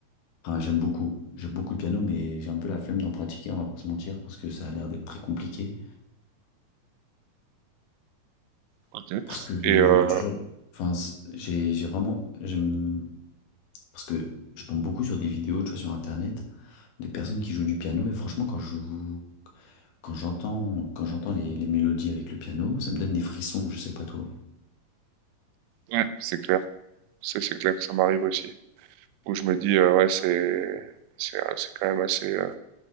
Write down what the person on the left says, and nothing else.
Enfin, j'aime beaucoup. J'aime beaucoup le piano, mais j'ai un peu la flemme d'en pratiquer, on va pas se mentir, parce que ça a l'air d'être très compliqué.
Parce que
euh,
toujours, enfin, c- j'ai, j'ai vraiment, j'aime, parce que je tombe beaucoup sur des vidéos, tu vois, sur Internet, de personnes qui jouent du piano, et franchement, quand je joue, quand j'entends, quand j'entends les, les mélodies avec le piano, ça me donne des frissons, je sais pas toi.